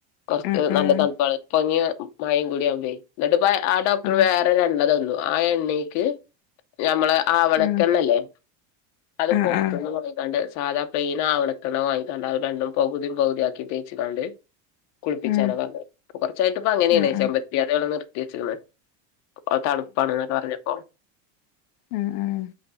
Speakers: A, on the left (about 40°); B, on the left (about 80°).
A: പൊറത്ത്
B: ആഹ്
A: നല്ല
B: ആഹ്
A: തണുപ്പാണ് <unintelligible> മയയും കൂടി ആവുമ്പഴേ എന്നിട്ടിപ്പ ആ ഡോക്ടർ
B: ആഹ്
A: വേറൊരു എണ്ണ തന്നു ആ എണ്ണക്ക് ഞമ്മളെ ആവണക്കെണ്ണയില്ലേ
B: ആഹ്
A: അത്
B: ആഹ്
A: പൊറത്തുന്ന്
B: ആഹ് ആഹ്
A: വാങ്ങി ക്കണ്ട് സാദാ പ്ലെയിൻ ആവിണക്കെണ്ണ വാങ്ങിക്കാണ്ട് അത് രണ്ടും പകുതിയും പകുതിയും ആക്കി തേച്ചുകൊണ്ട് കുളിപ്പിച്ചാനതുകൊണ്ട്
B: ആഹ്
A: കുറച്ചായിട്ട് ഇപ്പൊ അങ്ങനെയാണ്
B: ആഹ് ആഹ്
A: ചെമ്പരത്തി അതാണ് നിർത്തി വെച്ചേക്കുന്നത് അത് തണുപ്പാണെന്നു പറഞ്ഞപ്പോ
B: ഉം ഉം